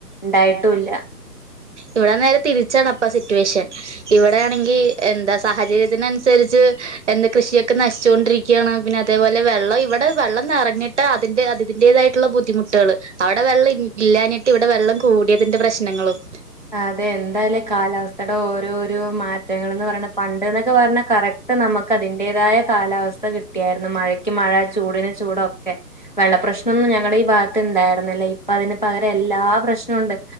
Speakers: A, on the left; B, on the right.
A: ഇതായിട്ടുമില്ല <inaudible>
B: ഇവിടെ നേരെ തിരിച്ചാണ്പ്പ സിറ്റുവേഷൻ ഇവിടെയാണെങ്കി എന്താ സാഹചര്യത്തിന അനുസരിച്ച് എന്ത് കൃഷിയൊക്കെ നശിച്ചുകൊണ്ടിരിക്കുകയാണ് പിന്നെ അതേപോലെ വെള്ളം ഇവിടെ വെള്ളം നിറഞ്ഞിട്ട് അതിന്റെ അതിന്റെ തായിട്ടുള്ള ബുദ്ധിമുട്ടുകൾ അവിടെ വെള്ളം ഇല്ലഞ്ഞിട്ട് ഇവിടെ വെള്ളം കൂടിയതിന്റെ പ്രശ്നങ്ങളും
A: അതെ എന്തായാലേ കാലാവസ്ഥയുടെ ഓരോരോ മാറ്റങ്ങൾന്ന് പറഞ്ഞ പണ്ട് എന്നൊക്കെ പറഞ്ഞ കറക്റ്റ് നമുക്ക് അതിന്റേതായ കാലാവസ്ഥ കിട്ടിയായിരുന്നു മഴയ്ക്ക് മഴ ചൂടിന് ചൂടൊക്കെ വെള്ള പ്രശ്നമൊന്നും ഞങ്ങളുടെ ഈ ഭാഗത്ത് ഇണ്ടായിരുന്നില്ലേ ഇപ്പ അതിന് പകര എല്ലാ പ്രശ്നമുണ്ട്